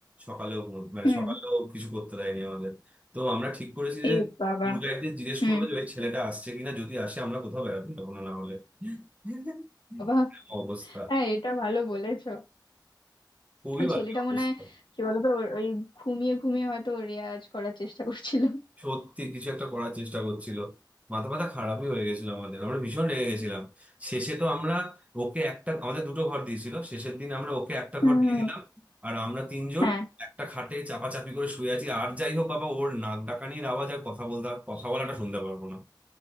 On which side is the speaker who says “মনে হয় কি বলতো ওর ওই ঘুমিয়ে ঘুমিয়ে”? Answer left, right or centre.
Left